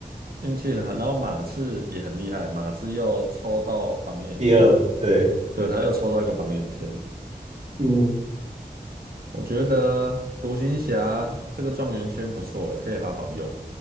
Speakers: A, on the right; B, on the right.
A: 运气很好。然后马刺也很厉害，马刺又抽到榜眼签，
B: 第二，对，
A: 对，他又抽到一个榜眼签。
B: 嗯，
A: 我觉得独行侠这个状元签不错诶，可以好好用。